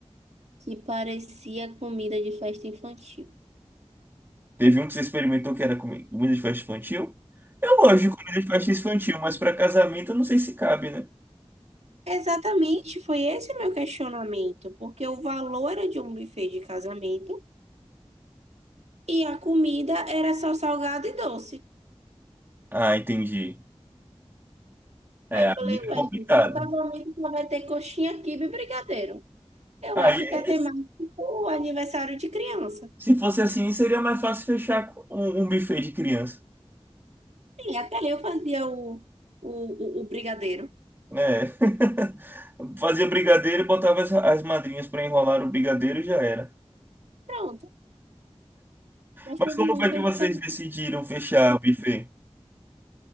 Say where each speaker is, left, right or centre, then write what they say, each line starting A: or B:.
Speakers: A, on the right; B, on the right.
A: que parecia comida de festa infantil.
B: Teve um que você experimentou que era comi- comida de festa infantil. Eu gosto de comida de festa infantil, mas para casamento eu não sei se cabe, né?
A: Exatamente, foi esse o meu questionamento, porque o valor era de um buffet de casamento e a comida era só salgado e doce.
B: Ah, entendi. É,
A: Aí eu
B: aí
A: falei, ué,
B: é complicado.
A: gente, meu casamento só vai ter coxinha, quibe e brigadeiro. Eu
B: Aí,
A: acho que é temático o aniversário de criança.
B: se fosse assim, seria mais fácil fechar com um um buffet de criança.
A: E até eu fazia o, o, o, o brigadeiro.
B: É. <laughs> Fazia brigadeiro e botava as, as madrinhas para enrolar o brigadeiro e já era.
A: Pronto, mas
B: Mas
A: teve
B: como
A: um
B: foi
A: que
B: que
A: a
B: vocês
A: gente fez.
B: decidiram fechar o buffet?